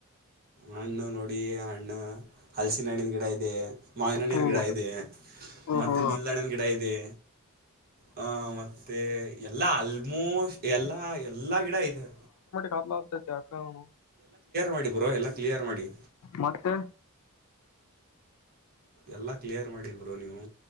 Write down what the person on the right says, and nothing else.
ಹಣ್ಣು ನೋಡಿ ಹಣ್ಣ ಹಲ್ಸಿನ ಹಣ್ಣಿನ ಗಿಡ ಇದೆ ಮಾವಿನ್ಣನ್
ಗಿಡ ಇದೆ
ಮತ್ತೆ ನೀಲ್ದಣ್ಣನ್ ಗಿಡ ಇದೆ ಹ ಮತ್ತೆ ಎಲ್ಲಾ ಆಲ್ಮೋಸ್ಟ್ ಎಲ್ಲಾ ಎಲ್ಲಾ ಗಿಡ ಐತೆ
ಮಾಡಿ ಬ್ರೋ ಎಲ್ಲ ಕ್ಲಿಯರ್ ಮಾಡಿ
ಎಲ್ಲಾ ಕ್ಲಿಯರ್ ಮಾಡಿಬರು ನೀವು